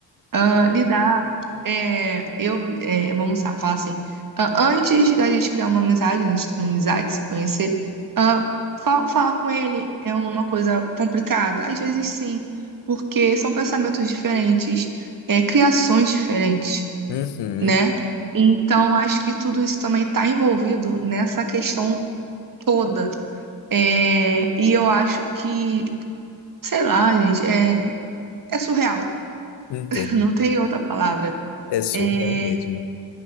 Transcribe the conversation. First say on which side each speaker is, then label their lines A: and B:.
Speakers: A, on the right (about 55°); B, on the left (about 85°).
A: Ah, lidar, é, eu, é, vamos lá, falar assim, ah, antes da gente criar uma amizade, né, a gente ter uma amizade, se conhecer, ah, fa- falar com ele é uma coisa complicada? Às vezes sim, porque são pensamentos diferentes, é, criações diferentes,
B: Uhum,
A: né? Então, acho que tudo isso também está envolvido nessa questão toda. É, e eu acho que, sei lá, gente, é, é surreal,
B: entendo.
A: <laughs> não tem outra palavra.
B: É surreal
A: É,
B: mesmo.